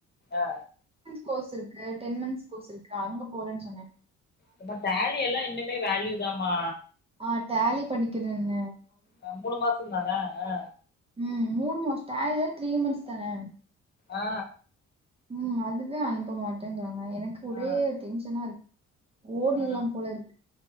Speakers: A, on the left; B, on the right.
A: ஆ
B: கோர்ஸ் இருக்கு டென் மந்த்ஸ் கோர்ஸ் இருக்கு அங்க போறேன்னு சொன்ன
A: நம்ம டேலி எல்லாம் இன்னுமே வேல்யூதாமா
B: நா டேலி படிக்கரன்ன
A: ஆ மூணு மாசம் தானே ஆ
B: ம் மூணு மாச டேலி த்ரீ மந்த்ஸ் தானே
A: ஆ
B: ம் அதுவே அனுப்ப மாட்டேங்குிறாங்க எனக்கு ஒரே
A: ஆ
B: டென்ஷனா இருக்கு ஓடில்லாம்
A: ஆ
B: போல இருக்கு